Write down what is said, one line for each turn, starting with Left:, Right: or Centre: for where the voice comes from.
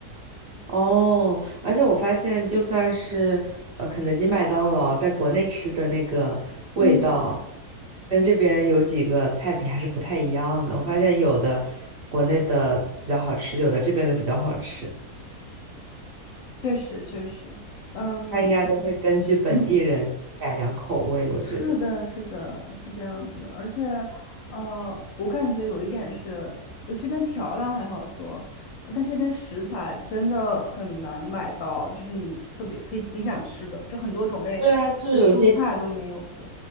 Right: 哦，而且我发现就算是呃肯德基、麦当劳在国内吃的那个味道，
Left: 嗯，
Right: 跟这边有几个菜品还是不太一样的。我发现有的国内的比较好吃，有的这边的比较好吃，
Left: 确实确实，嗯
Right: 它应该都会根据本地人改良口味，
Left: <laughs> 嗯，
Right: 我觉得。
Left: 是的，是的，是这样子的，而且，呃，我感觉有一点是，就这边调料还好说，呃但这边食材真的很难买到，就是你特别可以你想吃的，就很多种类的蔬菜都没有。
Right: 对啊，就是有一些。
Left: 对，